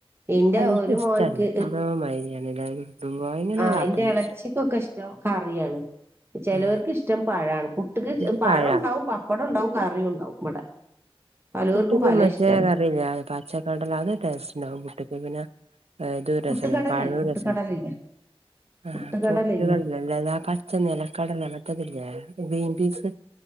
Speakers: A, on the right; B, on the right.
A: ഇന്റെ
B: അത് ഇൻക്കിഷ്ടല്ല
A: ഒരു മോൻക്ക്
B: എന്തോ മായിരിയാണ്ലേ തിന്നുമ്പോ എങ്ങനെ
A: ആ
B: പപ്പടം
A: അന്റെ ഇളച്ചിക്കൊക്കെ ഇഷ്ടം കാ റിയാണ് ചിലവർക്ക്
B: ആഹ്
A: ഇഷ്ടം പഴമാണ് പുട്ടക്ക്
B: ഇൻക്ക്
A: പഴംണ്ടാവും
B: പഴാ
A: പപ്പടംണ്ടാവും കറിയും ഉണ്ടാവും ഇവിടെ പലവർക്കും
B: പുട്ടക്ക്
A: പല
B: മറ്റെ
A: ഇഷ്ടമാണ്
B: കറില്ല പച്ചക്കടലഅത് ടേസ്റ്റ് ഉണ്ടാവും പുട്ടക്ക് പിന്നെ ഏ ദുരസന
A: പുട്ടുകടലല്ലേ
B: പഴുരസന
A: പുട്ടുകടലില്ലേ
B: ആ
A: പുട്ടുകടലില്ലേ
B: പുട്ട്കട അല്ലല്ലാ പച്ചന്നിലക്കടല്ല മറ്റതില്ലേ ഗ്രീബീൻ പീസ്